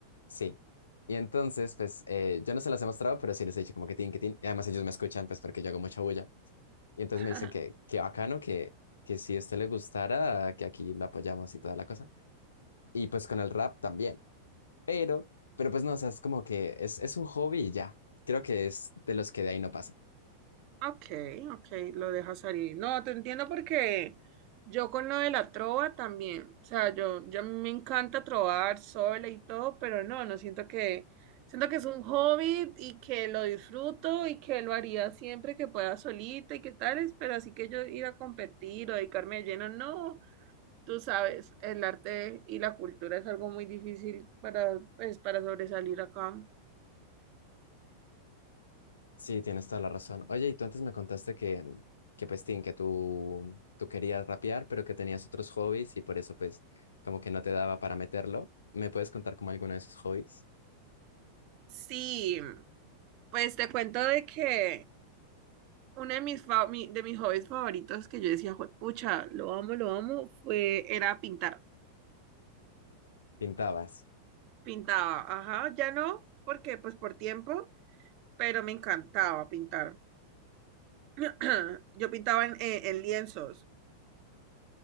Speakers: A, on the left; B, on the right.
A: Sí. Y entonces, pues, eh, yo no se las he mostrado, pero sí les he dicho como que tin, que tin. Y además ellos me escuchan, pues, porque yo hago mucha bulla. Y entonces
B: <laughs>
A: me dicen que, que bacano, que, que si a usted le gustara, que aquí lo apoyamos y toda la cosa. Y pues con el rap también. Pero, pero pues no, o sea, es como que es, es un hobby y ya. Creo que es de los que de ahí no pasa.
B: Ok, ok, lo dejas salir. No, te entiendo porque yo con lo de la trova también, o sea, yo, yo a mí me encanta trovar sola y todo, pero no, no siento que, siento que es un hobby y que lo disfruto y que lo haría siempre que pueda solita y que tales, pero así que yo ir a competir o dedicarme de lleno, no, tú sabes, el arte y la cultura es algo muy difícil para, pues, para sobresalir acá.
A: Sí, tienes toda la razón. Oye, y tú antes me contaste que, que pues, tin, que tú, tú querías rapear, pero que tenías otros hobbies y por eso, pues, como que no te daba para meterlo. ¿Me puedes contar como alguno de esos hobbies?
B: Sí, pues te cuento de que Uno de mis, fa- mi- de mis hobbies favoritos que yo decía, pucha, lo amo, lo amo, fue, era pintar.
A: Pintabas.
B: Pintaba, ajá, ya no, porque pues por tiempo, pero me encantaba pintar. <clears throat> Yo pintaba en, eh, en lienzos.